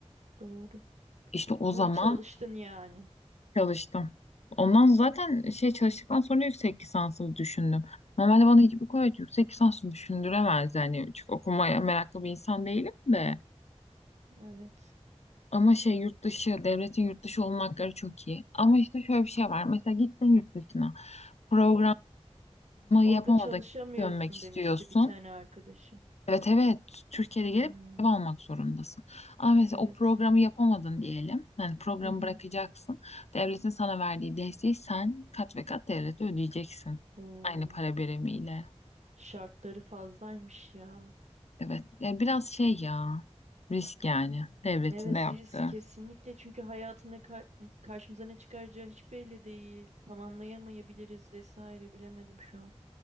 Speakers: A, on the right (about 80°); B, on the left (about 70°).
A: doğru.
B: İşte o
A: Full
B: zaman
A: çalıştın yani.
B: Çalıştım. Ondan zaten şey çalıştıktan sonra yüksek lisansı düşündüm. Normalde bana hiçbir kolej yüksek lisansı düşündüremez yani. Çünkü okumaya meraklı bir insan değilim de.
A: Evet.
B: Ama şey yurt dışı, devletin yurt dışı olma hakları çok iyi. Ama işte şöyle bir şey var. Mesela gittin yurt dışına. Programı
A: O- orada
B: yapamadın,
A: çalışamıyorsun
B: dönmek istiyorsun.
A: demişti bir tane arkadaşım.
B: Evet evet Türkiye'de gelip
A: Hmm,
B: ev almak zorundasın. Ama mesela
A: evet.
B: o programı yapamadın diyelim. Yani programı
A: Hı hı.
B: bırakacaksın. Devletin sana verdiği desteği sen kat ve kat devlete ödeyeceksin.
A: Oo,
B: Aynı para birimiyle.
A: şartları fazlaymış ya.
B: Evet. Ya biraz şey ya. Risk yani. Devletin
A: Evet
B: de yaptığı.
A: risk kesinlikle çünkü hayatın ne kar- karşımıza ne çıkaracağı hiç belli değil. Tamamlayamayabiliriz vesaire bilemedim şu an.